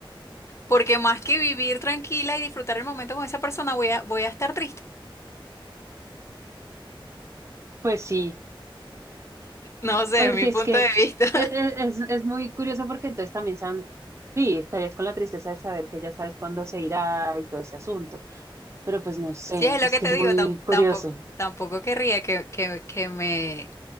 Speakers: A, on the left; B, on the right.
A: Porque más que vivir tranquila y disfrutar el momento con esa persona, voy a, voy a estar triste.
B: Pues sí,
A: No sé,
B: porque
A: mi punto
B: es que
A: de vista. <laughs>
B: e- e- es, es muy curioso porque entonces también san- sí, estarías con la tristeza de saber que ya sabes cuándo se irá y todo ese asunto, pero pues no sé,
A: Si es lo
B: es
A: que
B: que
A: te
B: es
A: digo,
B: muy
A: tam-
B: curioso.
A: tampoco, tampoco querría que, que- que me,